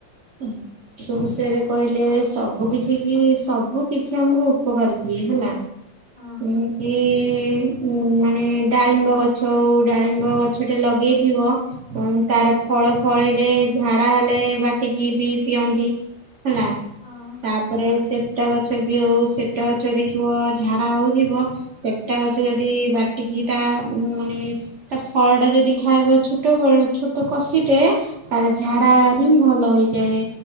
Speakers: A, on the right (about 85°); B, on the right (about 25°).
A: ହୁଁ। ସେ ବିଷୟରେ କହିଲେ ସବୁ କିଛି କି, ସବୁ କିଛି ଆମକୁ ଉପକାର ଦିଏ ହେଲା।
B: ହଁ
A: ନୁହେଁ କି ଉ, ମାନେ ଡାଳିମ୍ବ ଗଛ ହଉ, ଡାଳିମ୍ବ ଗଛଟେ ଲଗେଇଥିବ ଉଁ, ତାର
B: ହଁ
A: ଫଳ ଫଳିଲେ, ଝାଡା ହେଲେ ବାଟିକି ବି ପିଅନ୍ତି। ହେଲା।
B: ହଁ।
A: ତାପରେ ସେପ୍ଟା ଗଛ ବି ହଉ, ସେପ୍ଟା ଗଛ ଦେଖିବ ଝାଡା ହଉଥିବ, ସେପ୍ଟା ଗ ଯଦି, ବାଟିକି ତା ମାନେ ତା ଫଳ ଟା ଯଦି ଖାଇବ, ଛୋଟ ବେଳୁ, ଛୋଟ କଷି ଟେ, ତାର
B: ହଁ
A: ଝାଡା ହିଁ ଭଲ ହେଇଯାଏ।